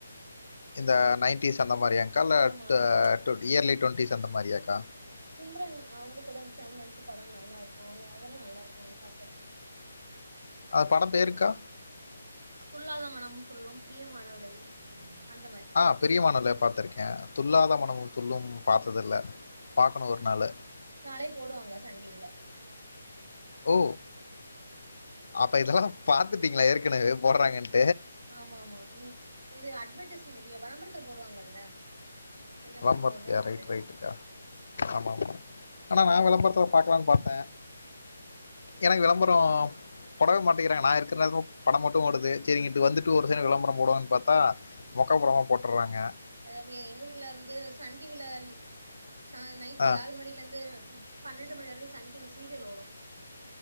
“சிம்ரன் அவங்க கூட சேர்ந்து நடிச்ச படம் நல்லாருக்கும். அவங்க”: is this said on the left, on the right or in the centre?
Right